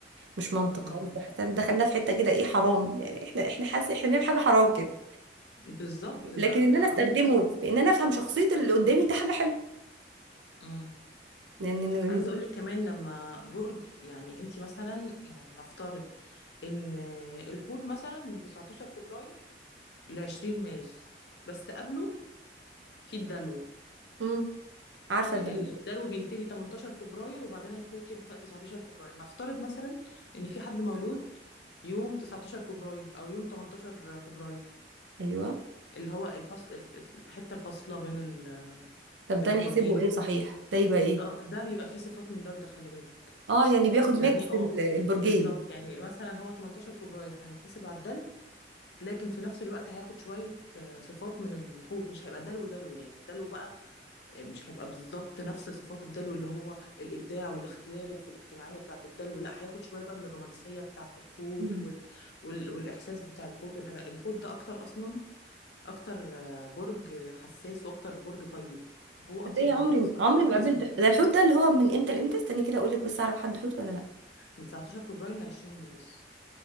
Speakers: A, on the right; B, on the left.
A: مش منطق
B: امم
A: خالص وحتى دخلنا في حته كده ايه حرام يعني احنا احنا حاسس احنا بنعمل حاجه حرام كده
B: بالظبط ده
A: لكن ان
B: ده
A: انا استخدمه
B: عندك
A: في ان انا افهم شخصية اللي قدامي ده حاجة حلوة
B: امم
A: لان لأن-
B: عايزه اقول لك كمان لما برج يعني انت مثلا يعني نفترض ان الحوت مثلا من 19 فبراير ل 20 مارس بس قبله في الدلو
A: امم عارفة
B: بقى
A: الدعم
B: الدلو
A: ده
B: بينتهي 18 فبراير وبعدين الحوت يبقى 19 فبراير نفترض مثلا ان في حد مولود يوم 19 فبراير او يوم 18 فبراير
A: ايوه
B: اللي هو الفصل الحته الفاصله بين ال...
A: طب
B: بين
A: ده نحسبه
B: البرجين
A: ايه صحيح ده يبقى ايه
B: اه ده بيبقى فيه صفات من ده وده خلي بالك
A: اه يعني بياخد
B: يعني
A: ميكس
B: اه
A: ال- البرجين
B: بالظبط يعني مثلا هو 18 فبراير فهيتحسب على الدلو لكن في نفس الوقت هياخد شوية آه، صفات من الحوت مش هيبقى دلو دلو يعني الدلو بقى آه، مش هيبقى بالظبط نفس صفات الدلو اللي هو الإبداع والاختلاف والاجتماعية بتاعة الدلو لا هياخد شوية بقى من الرومانسية بتاعة الحوت
A: امم
B: وال... وال... والإحساس بتاع الحوت والحاجات الحوت ده أكتر أصلا أكتر آه، برج حساس وأكتر برج طيب هو أطيب
A: ازاي عمري
B: برج أصلا
A: ما- عمري
B: حتى
A: ما
B: من
A: قابلت
B: اسمه
A: ح- ده الحوت ده اللي هو من امتى لامتى استني كده اقول لك بس اعرف حد حوت ولا لا
B: من 19 فبراير ل 20 مارس